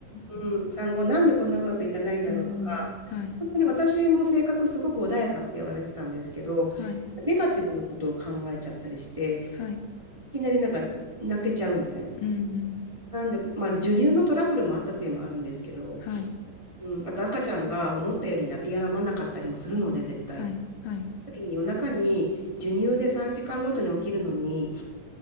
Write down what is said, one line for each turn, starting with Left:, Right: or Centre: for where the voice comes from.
Right: うん、
Left: うん
Right: 産後なんでこんなうまくいかないんだろうとか、
Left: うんうん。はい。
Right: 本当に私も性格すごく穏やかって言われてたんですけど、
Left: はい。
Right: ネガティブなことを考えちゃったりして、
Left: はい。
Right: いきなりなんか泣けちゃうみたいな。
Left: うんうん。
Right: なんで、まあ、授乳のトラブルもあったせいもあるんですけど、
Left: はい。
Right: うん、あと赤ちゃんが思ったより泣き止まなかったりもするので、絶対。
Left: はい。はい。
Right: 時に夜中に授乳で3時間ごとに起きるのに、